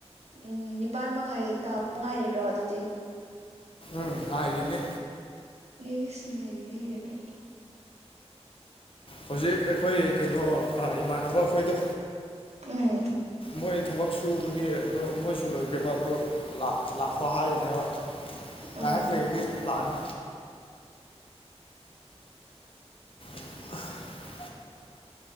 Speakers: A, on the right; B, on the left.
A: ꯎꯝ ꯅꯤꯄꯟ ꯃꯈꯥꯏ ꯇꯥꯕ ꯉꯥꯏꯔꯤꯔꯣ ꯑꯗꯨꯗꯤ?
B: ꯎꯝ ꯉꯥꯏꯔꯤꯕꯅꯦ
A: ꯏꯁ ꯉꯥꯏꯔꯤꯅꯤ ꯀꯥꯏꯅ
B: ꯍꯧꯖꯤꯛ ꯑꯩꯈꯣꯏ ꯀꯩꯅꯣ ꯏꯃꯥꯟꯅꯕ ꯈꯣꯏꯗꯣ
A: ꯎꯝ
B: ꯃꯣꯏ ꯊꯕꯛ ꯁꯨꯕꯒꯤ ꯑꯗꯣ ꯃꯣꯏꯁꯨ ꯂꯣꯏꯈ꯭ꯔꯦꯕ ꯑꯗꯨ ꯂꯥꯛ ꯂꯥꯛꯄꯥ ꯍꯥꯏꯕꯅꯦꯕ ꯉꯥꯏꯍꯥꯛ
A: ꯑꯥ
B: ꯂꯩꯔꯗꯤ ꯂꯥꯛꯑꯅꯤ <inaudible>